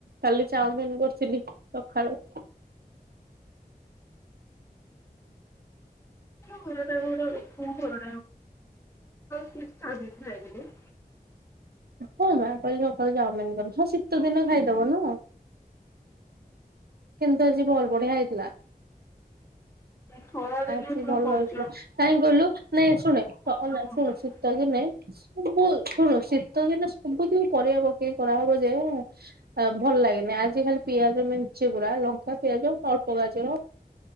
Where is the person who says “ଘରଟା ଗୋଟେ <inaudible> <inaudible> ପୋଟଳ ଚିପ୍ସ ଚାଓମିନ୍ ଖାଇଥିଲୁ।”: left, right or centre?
Left